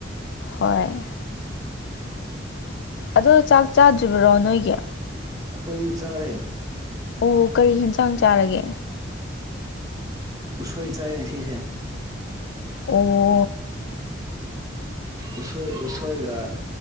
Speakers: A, on the left (about 65°); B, on the right (about 20°).
A: ꯍꯣꯏ ꯑꯗꯣ ꯆꯥꯛ ꯆꯥꯗ꯭ꯔꯤꯕꯔꯣ ꯅꯣꯏꯒꯤ
B: ꯑꯩꯈꯣꯏꯗꯤ ꯆꯥꯔꯦ
A: ꯑꯣ ꯀꯔꯤ ꯍꯦꯟꯖꯥꯥꯡ ꯆꯥꯔꯒꯦ
B: ꯎꯁꯣꯏ ꯆꯥꯏꯑꯦ ꯉꯁꯤꯁꯦ
A: ꯑꯣ
B: ꯎꯁꯣꯏ ꯎꯁꯣꯏꯒ